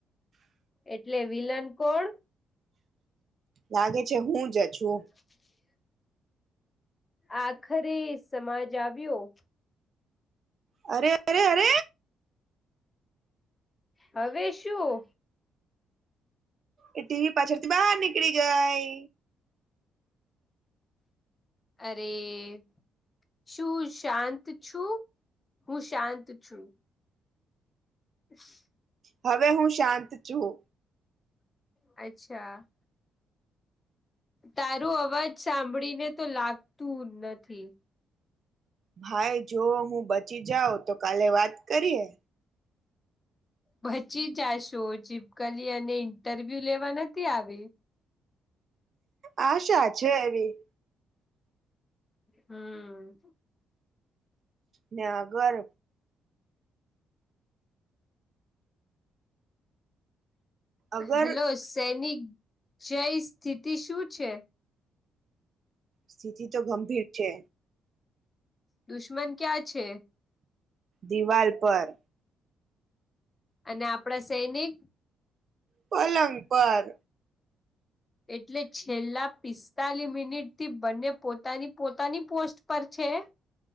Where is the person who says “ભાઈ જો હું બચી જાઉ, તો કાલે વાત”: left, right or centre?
Right